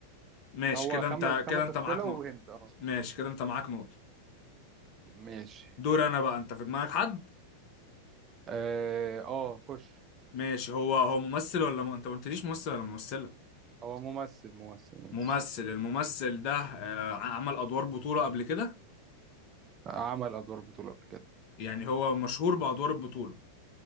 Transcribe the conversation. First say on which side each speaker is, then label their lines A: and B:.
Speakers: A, on the left (about 40°); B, on the right (about 30°).
A: ماشي
B: هو
A: كده
B: خمس
A: انت
B: خمس
A: كده انت
B: اسئله
A: معاك
B: وهنت
A: نقطة
B: اه
A: ماشي كده انت معاك نقطة
B: ماشي
A: دور انا بقى انت في دماغك حد
B: اه آه، خش
A: ماشي هو هو ممثل ولا م... انت ما قلتليش ممثل ولا ممثلة
B: هو ممثل ممثل ممثل
A: ممثل الممثل ده آه، عمل ادوار بطولة قبل كده
B: عمل ادوار بطوله قبل كده
A: يعني هو مشهور بادوار البطولة